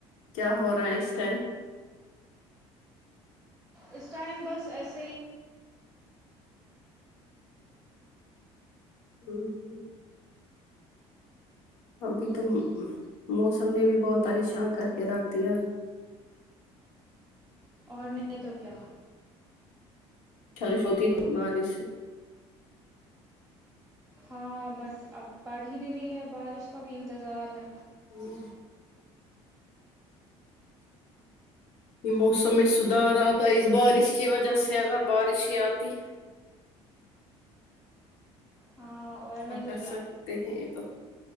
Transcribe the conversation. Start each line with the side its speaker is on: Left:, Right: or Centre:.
Left: کیا ہو رہا ہے اس ٹائم
Centre: اس ٹائم بس ایسے ہی
Left: <unintelligible> ابھی تو موسم نے بھی بہت پریشان کر کے رکھ دیا
Centre: اور نہیں تو کیا
Left: چالش ہوتی بارش
Centre: ہاں بٹ اب پڑ ہی نہیں رہی ہے بارش کا بھی انتظار ہے
Left: ہمم یے موسم میں سدھار آتا اس بارش کی وجہ سے اگر بارش ہی آتی
Centre: ہاں اور
Left: کیا
Centre: نہیں تو
Left: کر سکتے ہیں یے تو